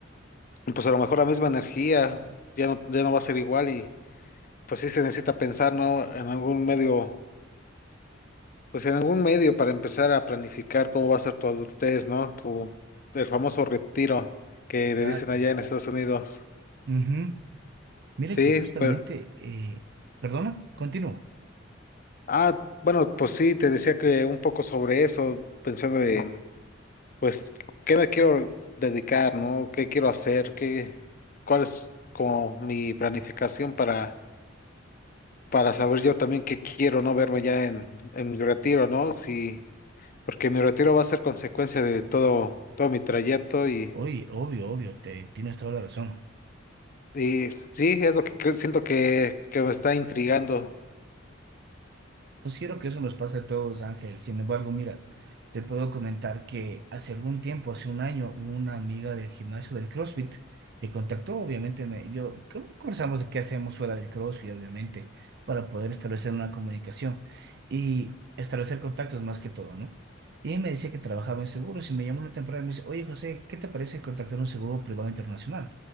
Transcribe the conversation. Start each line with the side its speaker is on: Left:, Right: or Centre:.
Left: pues a lo mejor la misma energía ya no, ya no va a ser igual y pues sí se necesita pensar, ¿no? En algún medio Pues en algún medio para empezar a planificar cómo va a ser tu adultez, ¿no? Tu, el famoso retiro que
Right: Exacto.
Left: le dicen allá en Estados Unidos.
Right: Ujú. Mira
Left: Sí,
Right: que justamente,
Left: pero...
Right: eh, perdona, continúo.
Left: Ah, bueno, pues sí, te decía que un poco sobre eso, pensando en, pues, ¿qué me quiero dedicar, ¿no? ¿Qué quiero hacer? ¿Qué, cuál es como mi planificación para, para saber yo también qué quiero, ¿no? Verme ya en, en mi retiro, ¿no? Sí, porque mi retiro va a ser consecuencia de todo, todo mi trayecto y...
Right: Oye, obvio, obvio, te, tienes toda la razón.
Left: Y sí, es lo que cre- siento que, que me está intrigando.
Right: Considero que eso nos pasa a todos, Ángel. Sin embargo, mira, te puedo comentar que hace algún tiempo, hace un año, una amiga del gimnasio del CrossFit me contactó, obviamente, me, yo ¿cómo conversamos de qué hacemos fuera del CrossFit, obviamente, para poder establecer una comunicación y establecer contactos más que todo, ¿no? Y ella me decía que trabajaba en seguros y me llamó una temporada y me dice, oye, José, ¿qué te parece contactar un seguro privado internacional?